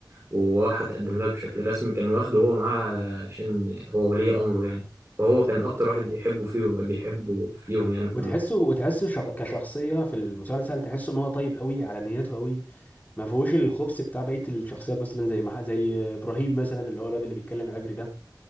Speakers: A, on the right (about 35°); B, on the left (about 20°).
A: وراح اتقدم لها بشكل رسمي كان واخده هو معاه عشان هو ولي امره يعني فهو
B: بالظبط
A: كان اكتر واحد بيحبه فيهم بيحبه فيهم يعني كلهم
B: وتحسه وتحسه شخ... كشخصية في المسلسل تحسه ان هو طيب قوي على نيته قوي ما فيهوش الخبث بتاع بقية الشخصيات مثلا زي ما زي ابراهيم مثلا اللي هو الواد اللي بيتكلم عبري ده